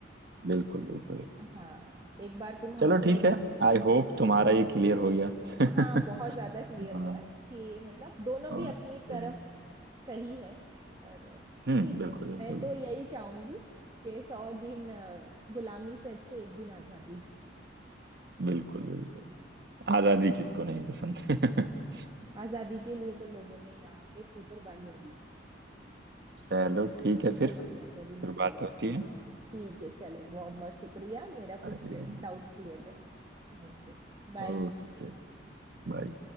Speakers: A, on the right (about 60°); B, on the right (about 25°).
A: बिल्कुल बिल्कुल
B: हाँ एक बार तुम
A: चलो
B: हमसे
A: ठीक
B: हम
A: है आई होप तुम्हारा ये क्लियर हो गया <laughs>
B: हाँ बहुत ज्यादा क्लियर
A: हाँ
B: हुआ है कि मतलब दोनों
A: ओके
B: भी अपनी तरफ सही है पर
A: हम्म
B: ठीक
A: बिल्कुल
B: है
A: बिल्कुल
B: मैं तो यही चाहूंगी कि सौ दिन अ, गुलामी से अच्छे एक दिन आजादी का
A: बिल्कुल बिल्कुल आजादी किसको नहीं पसंद <laughs>
B: <laughs> आजादी के लिए तो लोगों ने यहाँ पे इतनी कुर्बानियां दी
A: चलो ठीक है
B: तो
A: फिर
B: हमारी आजादी नहीं
A: फिर
B: छोड़े
A: बात होती है
B: ठीक है चलो बहुत बहुत शुक्रिया मेरा
A: अरे,
B: कुछ डाउट्स क्लियर करने Thank you बाय
A: ओके बाय